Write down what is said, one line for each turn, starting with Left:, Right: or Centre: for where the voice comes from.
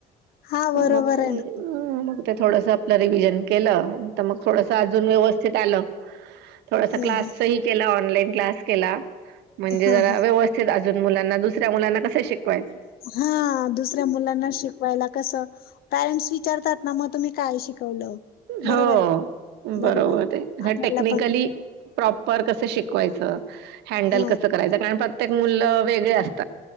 Left: हां, बरोबर
Right: म
Left: आहे
Right: <unintelligible>
Left: ना.
Right: ते थोडस आपलं रिव्हजन केलं, तर मग थोडस अजून व्यवस्थित आलं. थोडासा
Left: हं,
Right: क्लासही
Left: हं.
Right: केला. ऑनलाईन क्लास केला म्हणजे
Left: हां,
Right: जरा
Left: हां.
Right: व्यवस अजून मुलांना दुसऱ्या मुलांना कस शिकवायचं.
Left: हा दुसऱ्या मुलांना शिकवायला कस पॅरेंट्स विचारतात ना मग तुम्ही, काय शिकवलं? बरोबर
Right: हो
Left: आहे की
Right: बरोबर!
Left: आहे. आपल्याला
Right: टेक्निकली
Left: पण
Right: प्र पर कसं शिकवायचं हँडल
Left: अ,
Right: कसं करायचं कारण, प्रत्येक मुललं वेगळे असत.